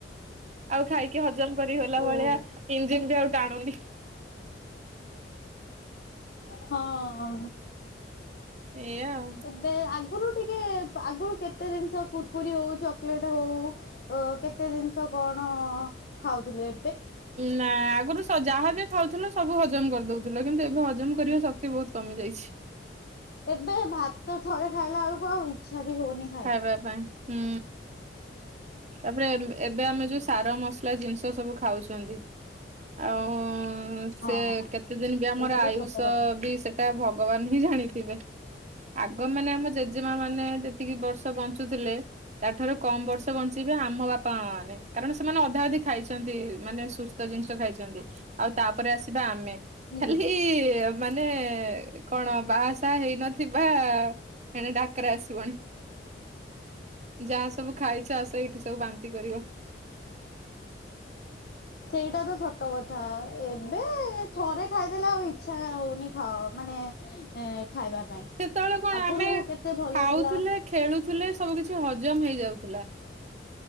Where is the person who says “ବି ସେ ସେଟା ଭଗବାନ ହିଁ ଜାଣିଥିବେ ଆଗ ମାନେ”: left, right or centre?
Right